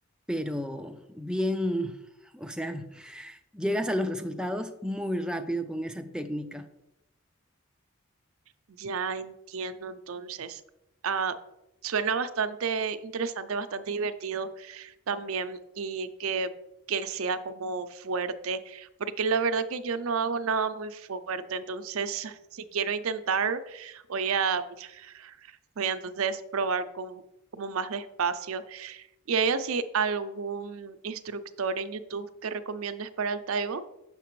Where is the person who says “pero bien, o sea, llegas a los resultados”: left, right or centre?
Centre